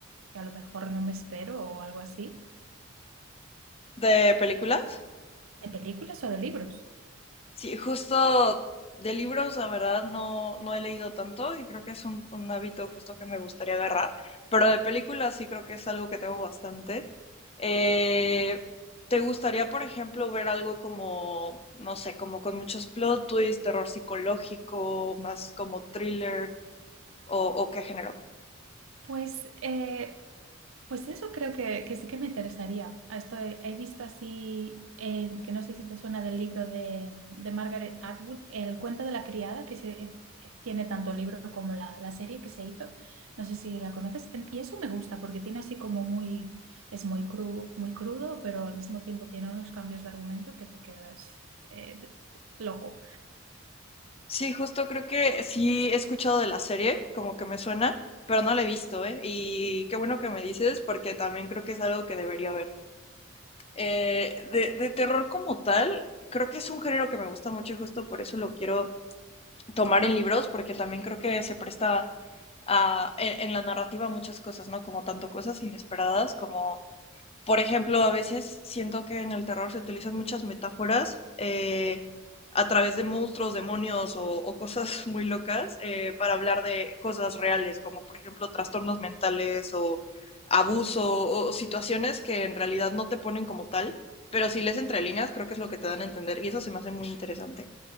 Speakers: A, on the right (about 90°); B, on the left (about 30°).
A: que a lo mejor no me espero o algo así,
B: ¿De películas?
A: de películas o de libros.
B: Sí, justo de libros, la verdad, no, no he leído tanto y creo que es un, un hábito justo que me gustaría agarrar, pero de películas sí creo que es algo que tengo bastante. Eh, ¿te gustaría, por ejemplo, ver algo como, no sé, como con muchos plot twists, terror psicológico, más como thriller o, o qué género?
A: Pues, eh, pues eso creo que, que sí que me interesaría. A Esto he, he visto así, eh, que no sé si te suena del libro de, de Margaret Atwood, El cuento de la criada, que se, eh, tiene tanto el libro como la, la serie que se hizo. No sé si la conoces. En- Y eso me gusta porque tiene así como muy, es muy cru, muy crudo, pero al mismo tiempo tiene unos cambios de argumento que te quedas eh, de- loco.
B: Sí, justo creo que sí he escuchado de la serie, como que me suena, pero no la he visto, ¿eh? Y qué bueno que me dices porque también creo que es algo que debería ver. Eh, de, de terror como tal, creo que es un género que me gusta mucho y justo por eso lo quiero tomar en libros, porque también creo que se presta a- en, en la narrativa muchas cosas, ¿no? Como tanto cosas inesperadas como por ejemplo, a veces siento que en el terror se utilizan muchas metáforas eh, a través de monstruos, demonios o, o cosas <laughs> muy locas eh, para hablar de cosas reales, como por ejemplo trastornos mentales o abuso o situaciones que en realidad no te ponen como tal, pero si lees entre líneas creo que es lo que te dan a entender y eso se me hace muy interesante.